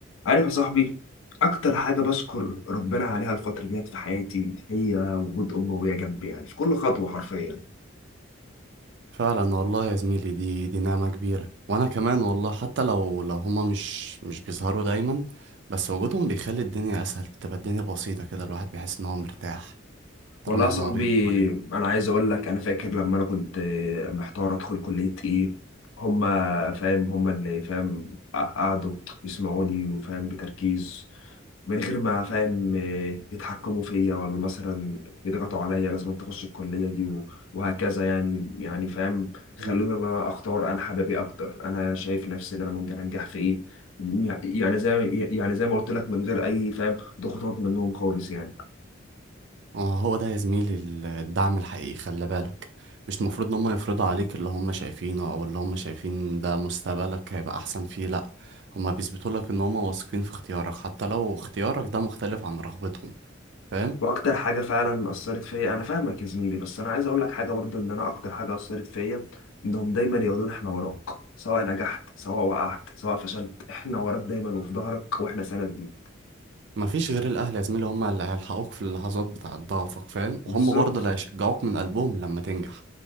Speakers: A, on the left (about 80°); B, on the right (about 60°).
A: عارف يا صاحبي اكتر حاجه بشكر ربنا عليها الفتره ديت في حياتي هي وجود امي وهي جنبي يعني في كل خطوه حرفيا
B: فعلا والله يا زميلي دي دي نعمة كبيرة وانا كمان والله حتى لو لو هما مش مش بيظهروا دايما بس وجودهم بيخلي الدنيا اسهل بتبقى الدنيا بسيطة كده الواحد بيحس ان هو مرتاح طالما
A: والله يا صاحبي
B: هما موجودين حواليه
A: انا عايز اقول لك انا فاكر لما انا كنت محتار ادخل كليه ايه هما فاهم هما اللي فاهم قعدوا يسمعوا لي وفاهم بتركيز من غير ما فاهم آه، يتحكموا فيا ولا مثلا يضغطوا عليا لازم أنت تخش الكلية دي و- وهكذا يعني يعني فاهم خلوني
B: مم.
A: إن أنا أختار أنا حبابي أكتر أنا شايف نفسي إن أنا ممكن أنجح في إيه يعني زي يعني زي ما قلت لك من غير أي فاهم ضغوطات منهم خالص يعني
B: آه، هو ده يا زميلي ال- الدعم الحقيقي خلي بالك مش المفروض ان هما يفرضوا عليك اللي هما شايفينه او اللي هما شايفين ده مستقبلك هيبقى احسن فيه لا هما بيثبتوا لك ان هما واثقين في اختيارك حتى لو اختيارك ده مختلف عن رغبتهم فاهم
A: وأكتر حاجة فعلا أثرت فيا أنا فاهمك يا زميلي بس أنا عايز أقول لك حاجة برضه إن أنا أكتر حاجة أثرت فيا إنهم دايما يقولون إحنا وراك سواء نجحت سواء وقعت سواء فشلت إحنا وراك دايما وفي ظهرك وإحنا سند ليك
B: مفيش غير الأهل يا زميلي هم اللي هيلحقوك في اللحظات بتاعة ضعفك فاهم وهم
A: بالظبط
B: برضه اللي هيشجعوك من قلبهم لما تنجح